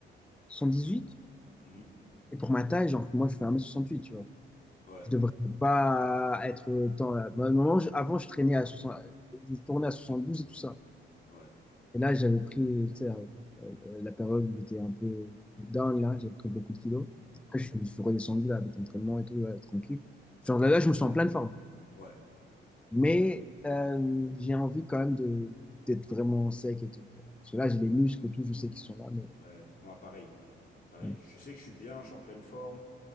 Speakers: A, in the centre; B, on the left (about 50°).
A: 78.
B: Mm,
A: Et pour ma taille, genre, moi, je fais 1m68, tu vois.
B: Ouais,
A: Je devrais pas être autant là. Moi, à un moment, je- avant, je traînais à 60, je tournais à 72 et tout ça.
B: ouais.
A: Et là, j'avais pris, tu sais, euh, euh, la période où j'étais un peu down, là, j'ai pris beaucoup de kilos.
B: Mm, mm.
A: Après, je, suis je suis redescendu, là, avec l'entraînement et tout, là, tranquille. Genre, là, là, je me sens en pleine forme.
B: Ouais,
A: Mais euh, j'ai envie quand même de d'être vraiment sec et tout. tu vois. Parce que là, j'ai les muscles et tout, je sais qu'ils sont là, mais...
B: ouais. Moi, pareil. Pareil.
A: Mm.
B: Je sais que je suis bien, je suis en pleine forme,